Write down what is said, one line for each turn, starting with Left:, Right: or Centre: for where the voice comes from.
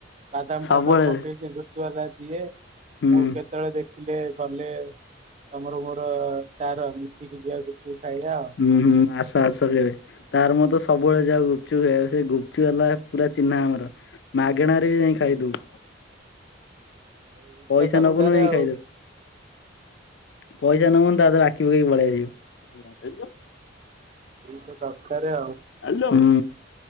Right: ବାଦାମ
Left: ସବୁବେଳେ
Right: ଫାଦାମ ପକେଇକି ଟିକେ ଗୁପ୍ ଚୁପ୍ ବାଲା ଦିଏ।
Left: ହୁଁ
Right: ମୁଁ କେତେବେଳେ ଦେଖିଲେ ଗଲେ ତମର ମୋର ତାର ମିଶିକି ଯିବା ଗୁପଚୁପ୍ ଖାଇବା ଆଉ।
Left: ଉମ୍ ହୁଁ, ଆସ ଆସ କେବେ? ତାର ମୋର ତ ସବୁବେଳେ ଯାଉ ଗୁପଚୁପ ଖାଇବାକୁ, ସେ ଗୁପଚୁପ ବାଲା ପୁରା ଆମର ଚିହ୍ନା ଆମର। ମାଗେଣାରେ ବି ଯାଇଁ ଖାଇଦବୁ।
Right: ଏଇ
Left: ପଇସା
Right: ତ ଦରକାର
Left: ନବୁନୁ ଯାଇଁ
Right: ଆଉ
Left: ଖାଇଦବୁ। ପଇସା ନବୁନି ତା କତିରେ ବାକି ପକେଇକି ପଳେଇ ଆସିବୁ।
Right: ଏଇତ ଦରକାର ଆଉ।
Left: ଆଲୋ, ହୁଁ।